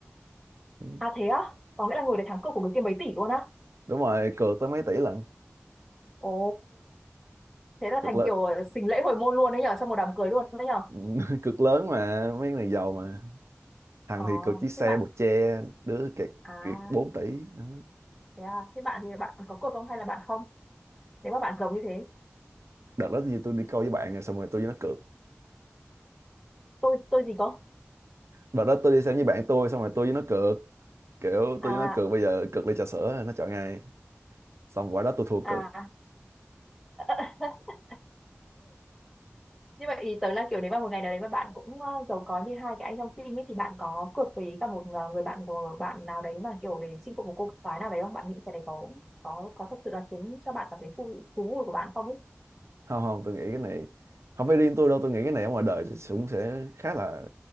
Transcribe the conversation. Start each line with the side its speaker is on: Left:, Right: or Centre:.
Right: Ừ.
Centre: à thế á có nghĩa là người để thắng cuộc của người kia mấy tỷ luôn á
Right: Đúng rồi, cược tới mấy tỷ lần.
Centre: ồ thế là
Right: Cực
Centre: thành
Right: lớn
Centre: kiểu xính lễ hồi môn luôn đấy nhở trong một đám cưới luôn đấy nhở
Right: <laughs> cực lớn mà mấy người giàu mà thằng
Centre: ờ
Right: thì cực chiếc xe
Centre: thế bạn
Right: bột che đứa kẹt
Centre: à
Right: kẹt bốn tỷ đó.
Centre: thế à thế bạn thì bạn có cuộc không hay là bạn không nếu mà bạn giống như thế
Right: đợt đó như tôi đi câu với bạn rồi xong rồi tôi với nó cược
Centre: tôi tôi gì có
Right: đợt đó tôi đi xem với bạn tôi xong rồi tôi với nó cược kiểu
Centre: à
Right: tôi với nó cược bây giờ cược ly trà sữa nó chọn ngay xong quả đó tôi thua cực
Centre: à <laughs> như vậy ý tới là kiểu nếu mà một ngày nào đấy mà bạn cũng ờ, giàu có như hai cái anh trong phim ấy thì bạn có cược với cả một ờ, người bạn của bạn nào đấy mà kiểu để chinh phục một cô gái nào đấy không bạn nghĩ cái đấy có có có thật sự là khiến cho bạn cảm thấy thú thú vui của bạn không ấy
Right: không không tôi nghĩ cái này không phải riêng tôi đâu tôi nghĩ cái này ở ngoài đời cũng sẽ khá là